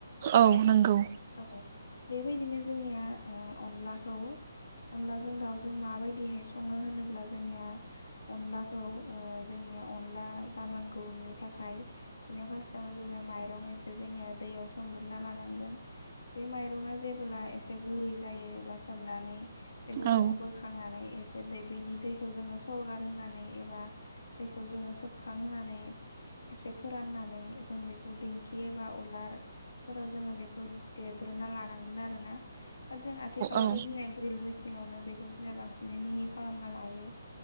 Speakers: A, on the right; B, on the left.
A: औ नंगौ
B: औ बेबायदिनो जोंनिया ओ अनलाखौ अनलाजों दाउजों माबायदिहाय सङो होनोब्ला जोंनिया अनलाखौ ओ जों जोंनिया अनला जानांगौनि थाखाय जोंनिया फार्सतावनो माइरं एसे जोंनिया दैयाव सो मग्रोना लानांगोन। माइरंया जेबोला एसे गुरै जायो एबा सोमनानै बेखौ
A: औ
B: जोङो बोखांनानै एसे दै बेनि दैखौ जोङो सरगार होनानै एबा दैखौ जोङो सोबखांहोनानै एसे फोराननानै जों बेखौ दिंखि एबा उलारफोराव जोङो बेखौ देग्रोना लानांगोन आरो ना बाट जों आथिखालावथ'
A: औ
B: जोंनिया ग्रिल मेसिनावनो बे बांसि मिहि खालामना लायो